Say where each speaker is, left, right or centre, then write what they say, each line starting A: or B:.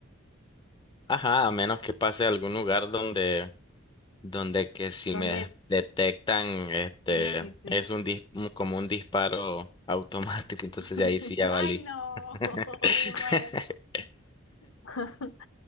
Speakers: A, on the left; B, on the left.
A: ajá, a menos que pase a algún lugar donde donde que si
B: ¿Dónde?
A: me detectan, este,
B: Sí, sí, sí.
A: es un dis- un- como un disparo <laughs> automático, entonces
B: <laughs>
A: de ahí sí ya valí.
B: Ay, no, <laughs>
A: <laughs>
B: y mueres. <laughs>